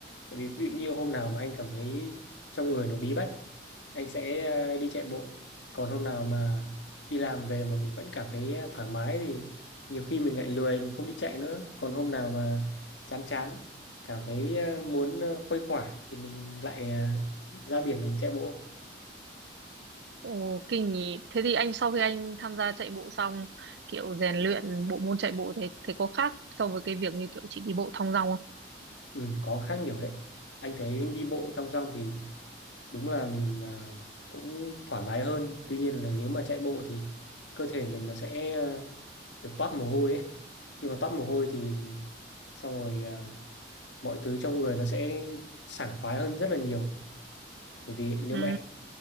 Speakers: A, on the left; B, on the right.
A: Tại vì ví dụ như hôm nào mà anh cảm thấy trong người nó bí bách, ấy, anh sẽ ờ, đi chạy bộ. Còn hôm nào mà đi làm về mà mình vẫn cảm thấy ờ, thoải mái thì nhiều khi mình lại lười, mình không đi chạy nữa. Còn hôm nào mà chán chán, cảm thấy ờ, muốn ờ, khuây khỏa thì mình lại ờ, ra biển mình chạy bộ.
B: Ồ, kinh nhỉ. Thế thì anh sau khi anh tham gia chạy bộ xong, kiểu rèn luyện bộ môn chạy bộ thế thế có khác so với cái việc như kiểu chị đi bộ thong dong không?
A: Ừ, có khác nhiều đấy. Anh thấy đi bộ thong dong thì đúng là mình ờ, cũng thoải mái hơn. Tuy nhiên là nếu mà chạy bộ thì cơ thể mình nó sẽ ờ, được toát mồ hôi ấy nhưng mà toát mồ hôi thì xong rồi à, mọi thứ trong người nó sẽ sảng khoái hơn rất là nhiều bởi vì nếu
B: Ừ,
A: mà em